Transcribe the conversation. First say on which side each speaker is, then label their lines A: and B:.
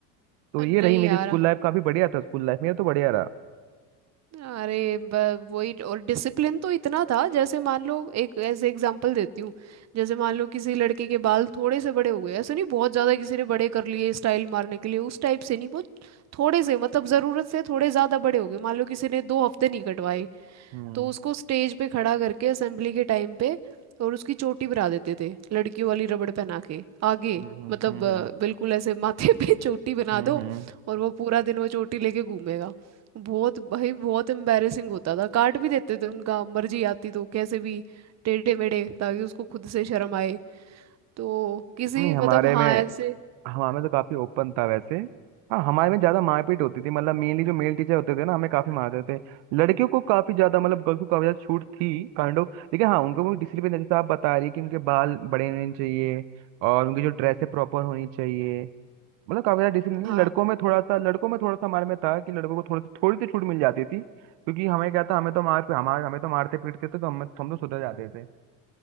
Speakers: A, on the right (about 65°); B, on the right (about 35°).
A: तो
B: नहीं
A: ये रही मेरी
B: यार
A: स्कूल लाइफ काफी बढ़िया था स्कूल लाइफ मेरा तो बढ़िया रहा
B: अरे ब- वही और डिसिप्लिन तो इतना था जैसे मान लो एक ऐसे एग्जांपल देती हूँ जैसे मान लो किसी लड़के के बाल थोड़े से बड़े हो गए ऐसे नहीं बहुत ज़्यादा किसी ने बड़े कर लिए स्टाइल मारने के लिए उस टाइप से नहीं बहुत थोड़े से मतलब ज़रूरत से थोड़े ज़्यादा बड़े हो गए मान लो किसी ने दो हफ्ते नहीं कटवाए
A: हम्म
B: तो उसको स्टेज पे खड़ा करके असेंबली के टाइम पे और उसकी चोटी भरा देते थे लड़कियों वाली रबड़ पहना के आगे
A: हम्म हम्म
B: मतलब
A: हम्म
B: अ,
A: हम्म
B: बिल्कुल ऐसे माथे पे <laughs> चोटी बना
A: हम्म,
B: दो
A: हम्म।
B: और वो पूरा दिन वो चोटी लेके घूमेगा बहुत भाई बहुत एम्बैरेसिंग होता था काट भी देते थे उनका मर्जी आती तो कैसे भी टेढ़े मेढ़े ताकि उसको खुद से शर्म आए तो किसी
A: नहीं
B: मतलब
A: हमारे
B: हाँ
A: में
B: ऐसे
A: हमारे में तो काफी ओपन था वैसे हाँ हमारे में ज्यादा मारपीट होती थी मतलब मेनली जो मेल टीचर होते थे ना हमें काफी मारते थे लड़कियों को काफी ज्यादा मतलब गर्ल्स को काफी ज्यादा छूट थी काइंड ऑफ लेकिन हाँ उनको भी डिसिप्लिन जैसे आप बता रही है कि उनके बाल बड़े होने चाहिए और उनकी जो ड्रेस है प्रॉपर होनी चाहिए मतलब काफी ज्यादा डिसिप्लिन
B: हाँ
A: लड़कों में थोड़ा सा लड़कों में थोड़ा सा हमारे में था कि लड़कों को थोड़ी सी थोड़ी सी छूट मिल जाती थी क्योंकि हमें क्या था हमें तो मार हमारे हमें तो मारते पीटते थे तो हम हम तो सुधर जाते थे